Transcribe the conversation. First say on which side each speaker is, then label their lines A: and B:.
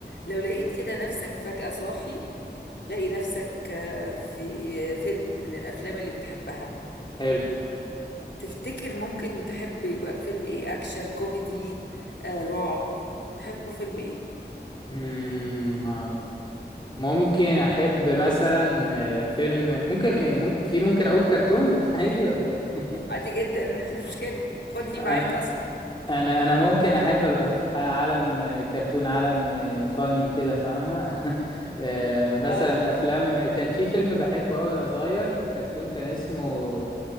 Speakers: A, on the left (about 80°); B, on the left (about 25°).
A: لو لقيت كده نفسك فجأة صاحي لاقي نفسك آه، في فيلم من الأفلام اللي بتحبها
B: حلو
A: تفتكر ممكن تحب يبقى فيلم إيه أكشن كوميدي آه، رعب تحبه فيلم إيه
B: مم، آه. ممكن احب مثلا آه، فيلم ممكن ايه ممكن في ممكن اقول كرتون <laughs> عادي ولا ايه <laughs>
A: عادي جدا مش مشكلة خدني
B: انا
A: معاك أصلا
B: انا انا ممكن احب ابقى في ح- عالم آه، كرتون عالم آه، فاني كده فاهمه <laughs> آه، مثلا
A: آه
B: افلام كان في فيلم بحبه قوي وانا صغير كرتون كان اسمه